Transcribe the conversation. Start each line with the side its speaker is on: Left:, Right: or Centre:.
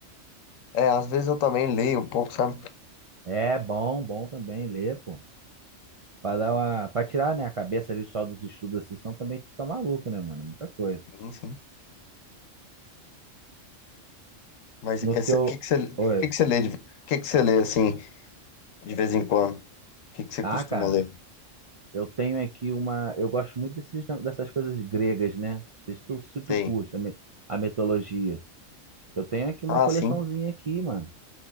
Left: É, às vezes eu também leio um pouco, sabe?
Right: É bom, bom também ler, pô. Pra dar uma, pra tirar, né, a cabeça ali só dos estudos assim, senão também tu fica maluco, né, mano? Muita coisa.
Left: Sim, sim. Mas
Right: No
Left: esse-
Right: teu.
Left: o que que você, o
Right: Oi.
Left: que que você lê, de- o que que você lê assim, de vez em quando? O que que você
Right: Ah,
Left: costuma
Right: cara,
Left: ler?
Right: eu tenho aqui uma. Eu gosto muito desses, dessas coisas gregas, né? Não sei se tu, se tu
Left: Sim.
Right: curte a, mi- a mitologia. Eu tenho aqui uma
Left: Ah,
Right: coleçãozinha
Left: sim.
Right: aqui, mano.